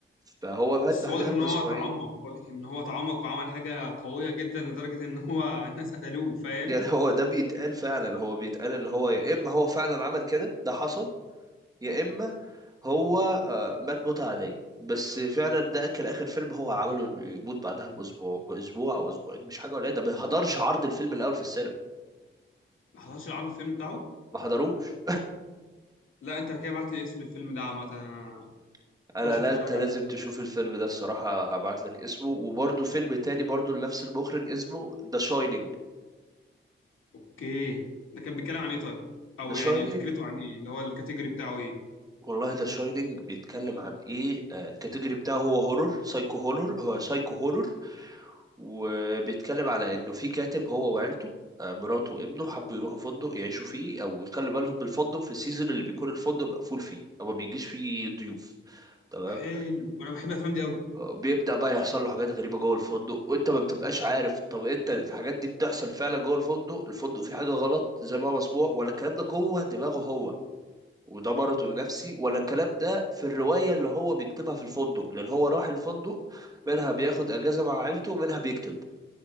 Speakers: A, on the right (about 15°); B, on the left (about 80°).
A: فهو مات
B: بس
A: بعدها
B: واضح
A: باسبوعين
B: ان هو تعمق واضح ان هو تعمق وعمل حاجه قويه جدا لدرجه ان هو <laughs> الناس قتلوه فاهم
A: يعني هو ده بيتقال فعلا هو بيتقال اللي هو يا اما هو فعلا عمل كده ده حصل يا اما هو آه، مات موتة عادية بس فعلا ده كان اخر فيلم هو عمله انه يموت بعدها باسبوع باسبوع او اسبوعين مش حاجه قليله ده ما حضرش عرض الفيلم الاول في السينما
B: ما حضرش العرض الفيلم بتاعه
A: ما حضروش
B: لا انت كده بعت لي اسم الفيلم ده عامه انا
A: <laughs> انا
B: اخش
A: لا
B: اتفرج
A: انت لازم
B: عليه
A: تشوف الفيلم ده الصراحه هبعت لك اسمه وبرده فيلم تاني برده لنفس المخرج اسمه ذا شاينينج
B: اوكي ده كان بيتكلم عن ايه طيب او
A: ذا شاينينج
B: يعني فكرته عن ايه اللي هو الكاتيجوري بتاعه ايه
A: والله ذا شاينينج بيتكلم عن ايه آه، الكاتيجوري بتاعه هو هورور سايكو هورور هو سايكو هورور وبيتكلم على انه في كاتب هو وعيلته آه، مراته وابنه حبوا يروحوا فندق يعيشوا فيه او يخلوا بالهم من الفندق في السيزون اللي بيكون الفندق مقفول فيه او ما بيجيش فيه ضيوف تمام
B: حلو وانا بحب الافلام دي قوي
A: آه، بيبدأ بقى يحصل له حاجات غريبة جوه الفندق وانت ما بتبقاش عارف طب انت الحاجات دي بتحصل فعلا جوه الفندق الفندق فيه حاجة غلط زي ما هو مسموع ولا الكلام ده جوه دماغه هو وده مرضه النفسي ولا الكلام ده في الرواية اللي هو بيكتبها في الفندق لأن هو راح الفندق منها بياخد أجازة مع عيلته ومنها بيكتب